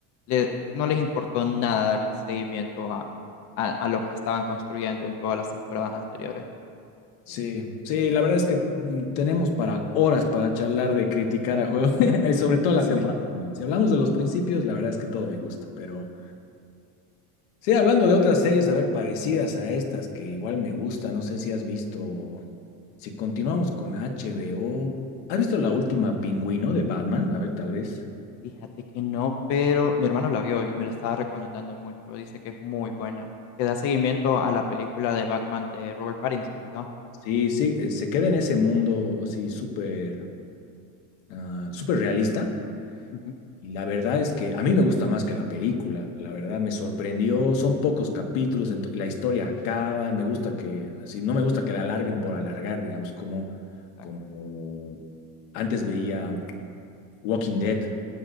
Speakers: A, on the left; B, on the left.
A: le- no les importó nada darle seguimiento a, a, a lo que estaban construyendo en todas las temporadas anteriores.
B: Sí, sí, la verdad es que mm, tenemos para horas para charlar de criticar a juegos, <laughs> y sobre todo la
A: Sí.
B: temporada final. Si hablamos de los principios, la verdad es que todo me gusta, pero sí, hablando de otras series, a ver, parecidas a estas que igual me gustan, no sé si has visto, si continuamos con HBO, ¿has visto la última Pingüino de Batman? A ver, tal vez.
A: Fíjate que no, pero mi hermano la vio y me la estaba recomendando mucho. Dice que es muy buena. Que da seguimiento a la película de Batman de Robert Pattinson, ¿verdad?
B: Sí, sí, eh, se queda en ese mundo así súper, ah, súper realista
A: Ujú,
B: Y la verdad es que a mí me gusta más que la película, la verdad me sorprendió, son pocos capítulos, ento- la historia acaba, me gusta que, así, no me gusta que la alarguen por alargar, digamos, como,
A: exacto.
B: como antes veía Walking Dead